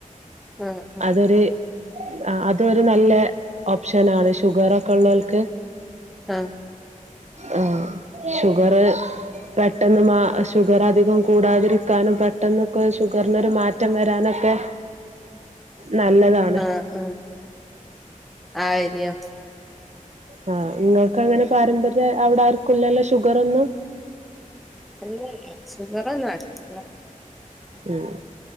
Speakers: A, in the centre; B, on the right.
A: ആ ആ
B: അതൊരു ആ അതൊരു നല്ല ഓപ്ഷനാണ് ഷുഗറൊക്കെ ഉള്ളവർക്ക്
A: ആ
B: ആ ഷുഗർ പെട്ടെന്ന് മാ ഷു ഷുഗർ അധികം കൂടാതിരിക്കാനും പെട്ടെന്നൊക്കെ ഷുഗറിനൊരു മാറ്റം വരാനൊക്കെ ത്തെ നല്ലതാണ്ങ്ങളെ
A: ആഹ് ആഹ് ആഹ് ആ അരിയോ
B: ആ നിങ്ങൾക്ക് അങ്ങനെ പാരമ്പര്യ അവിടെ ആർക്കുല്ലല്ലോ ഷുഗർ ഒന്നും
A: അല്ല അല്ല സുഖറ് ഒന്നും ആർക്കുല്ല
B: ഉം